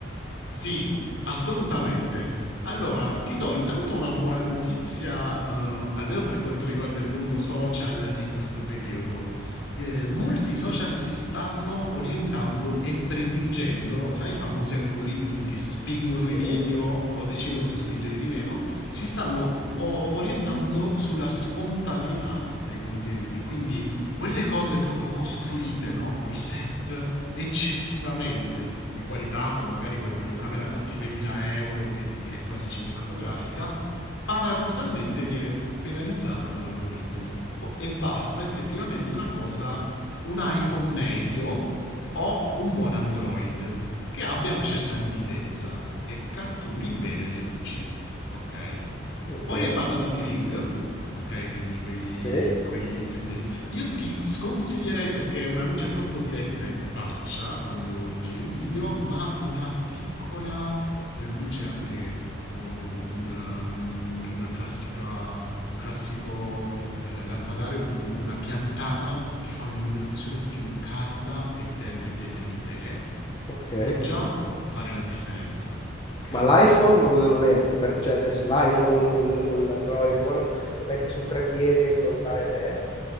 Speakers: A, on the left; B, on the left.
A: Sì, assolutamente. Allora, ti do intanto una buona notizia, eh, almeno per quanto riguarda il mondo social in questo periodo. Eh, molti social si stanno orientando e prediligendo, sai, i famosi algoritmi che spingono
B: Sì,
A: i video o decidono
B: sì,
A: se spingerli di meno, si stanno o- orientando sulla spontaneità dei contenuti. Quindi quelle cose troppo costruite, no? Quei set eccessivamente di qualità, con magari quella videocamera da 3000 euro che ti- è quasi cinematografica, paradossalmente viene penalizzata da un algoritmo. Qu- E basta effettivamente una cosa, un iPhone medio o un buon Android che abbia una certa nitidezza e catturi bene le luci. Ok.
B: ok.
A: Poi hai parlato di Ring, ok, quindi quei,
B: Sì,
A: quei tempi di io ti sconsiglierei perché è una luce troppo diretta in faccia quando giri un video, ma una piccola eh, luce anche oh, una, mm, una classica, un classico eh, lampadario, comunque una piantana che fa un'illuminazione più calda e tenue dietro di te,
B: Ok.
A: può già fare la differenza, ok?
B: ma l'iPhone dove lo metti? Per- cioè adesso l'iPhone o l- o l- o l'Android buono, lo metti su un trepiede frontale a te?